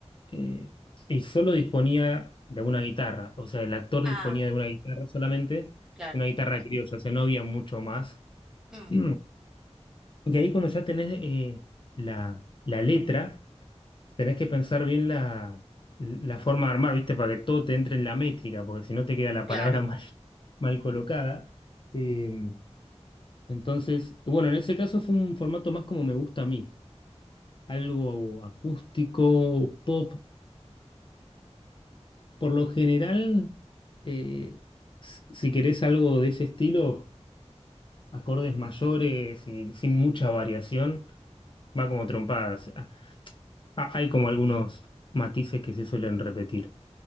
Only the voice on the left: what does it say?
eh, y solo disponía de una guitarra, o sea, el actor
disponía de una guitarra solamente,
una guitarra criolla, o sea, no había mucho más.
<clears throat> Y ahí cuando ya tenés eh, la, la letra, Tenés que pensar bien la, la forma de armar, ¿viste? Para que todo te entre en la métrica, porque si no te queda la
palabra <laughs> mal, mal colocada. Eh, entonces, bueno, en ese caso fue un formato más como me gusta a mí, algo acústico, pop. Por lo general, eh, s- si querés algo de ese estilo, acordes mayores y sin mucha variación, va como trompadas. Ah, ah, hay como algunos matices que se suelen repetir.